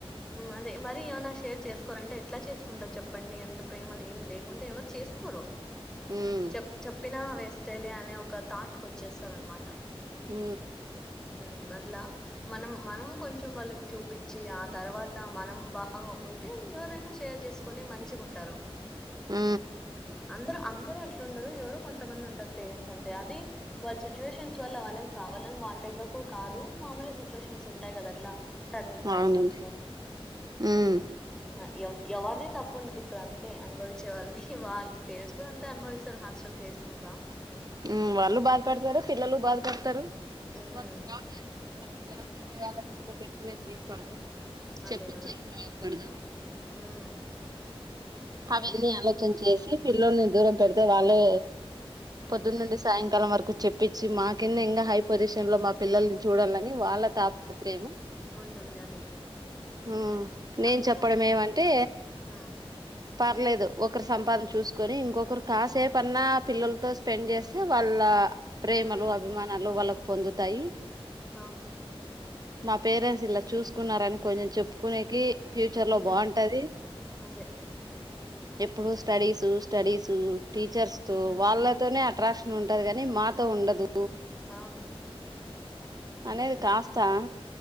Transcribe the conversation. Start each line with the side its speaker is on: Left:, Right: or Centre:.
Centre: అదే మరీ ఏమనా షేర్ చేసుకోరు అంటే ఎట్లా చేసుకుంటారు చెప్పండి ఎంత ప్రేమలు ఏం లేకుంటే ఎవరు చేసుకోరు
Right: ఉమ్
Centre: చెప్ చెప్పినా వెస్ట్ లే అనే ఒక థాట్కు వచ్చేస్తారూ అనమాట
Right: హ
Centre: ఉ అట్లా మనం మనం కొంచెం వాళ్ళకి చూపించి ఆ తర్వాత మనం బాగా ఉంటే ఎవరైనా షేర్ చేసుకొని మంచిగా ఉంటారు
Right: ఆ
Centre: అందరు అందరుూ అట్లు ఉండరు, ఎవరో కొంతమంది ఉంటారు పేరెంట్స్ అంతే, అది వాళ్ళ సిచ్యువేషన్స్ వల్ల వాళ్ళ ఏం కావాలని వా డు కాదు మామూలు సిచుయేషన్స్ ఉంటాయి కదా అట్లా టర్నింగ్ పయింట్స్
Right: అవునండి
Centre: మనకు
Right: ఉమ్
Centre: అ ఎం ఎవరిది తప్పు ఉండదు ఇక్కడ అంతే అనుభవించే వాళ్ళది వాళ్ పేరెంట్స్ కూడా అంత అభవిస్తారు హాస్టల్ నాకా
Right: మ్ వాళ్ళు బాధపడతారు పిల్లలు బాధపడతారు <inaudible>
Centre: ఉమ్
Right: అరు జా చేస్తే అలా ఇలో పెట్టుకునే బర్ పడదు
Centre: అదే
Right: చెప్పించేకపడదు
Centre: కదా ఉమ్
Right: అవన్నీ ఆలోచన చేసి పిల్లోని దూరం పెడితే వాళ్ళే
Centre: ఉమ్
Right: పొద్దున్న నుండి సాయంకాలం వరకు చెప్పించి మా కిన్న ఇంకా హై పొజిషన్ లో మా పిల్లల్ని చూడాలని వాళ్ళ తాపత్రేమ
Centre: ఉంటుంది అది
Right: మ్ నేను
Centre: అంతే
Right: చెప్పడం
Centre: అంతే
Right: ఏమంటే
Centre: ఉమ్
Right: పర్లేదు ఒకరు సంపాదన చూసుకొని ఇంకొకరు కాసేపన్నా పిల్లలతో స్పెండ్ చేస్తే వాళ్ళ ప్రేమలు
Centre: ఉమ్
Right: అభిమానాలు వాళ్ళ పొందుతాయి
Centre: అవును
Right: మా పేరెంట్స్ ఇలా చూసుకున్నారని కొంచెం చెప్పుకునేకి ఫ్యూచర్ లో
Centre: ఉమ్
Right: బాగుంటది
Centre: అదే
Right: ఎప్పుడు స్టడీసు స్టడీసు టీచర్స్ తో
Centre: ఉమ్
Right: వాళ్ళతోనే అట్రాక్షన్ ఉంటది గానీ మాతో ఉండదు
Centre: అవును
Right: అనేది కాస్తా